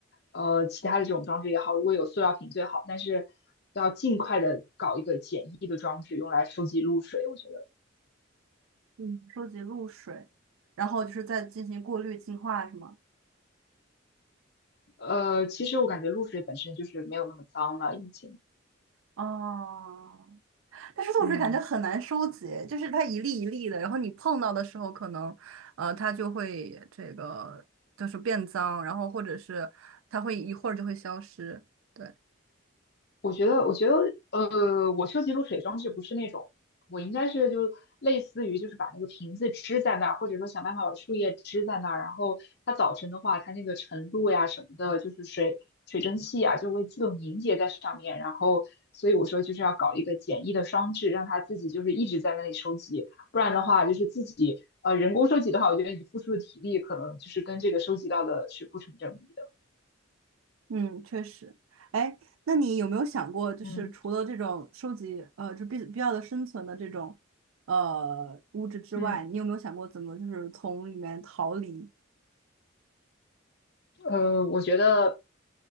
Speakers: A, on the left; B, on the right.
A: 呃，其他的这种装置也好，如果有塑料瓶最好，但是要尽快的搞一个简易的装置用来收集露水。我觉得，
B: 嗯，收集露水，然后就是再进行过滤、净化，是吗？
A: 呃，其实我感觉露水本身就是没有那么脏了，已经。
B: 哦，但是露水感觉很难收集，
A: 嗯。
B: 就是它一粒一粒的，然后你碰到的时候，可能呃它就会这个就是变脏，然后或者是它会一会儿就会消失，对。
A: 我觉得，我觉得，呃，我收集露水装置不是那种，我应该是就类似于就是把那个瓶子支在那儿，或者说想办法把树叶支在那儿，然后它早晨的话，它那个晨露呀什么的，就是水水蒸气呀就会自动凝结在上面，然后所以我说就是要搞一个简易的装置，让它自己就是一直在那里收集，不然的话就是自己呃人工收集的话，我觉得你付出的体力可能就是跟这个收集到的是不成正比的，
B: 嗯，确实。哎，那你有没有想过，就是除了这种收集呃，
A: 嗯。
B: 就必必要的生存的这种呃物质之外，
A: 嗯
B: 你有没有想过怎么就是从里面逃离？
A: 呃，我觉得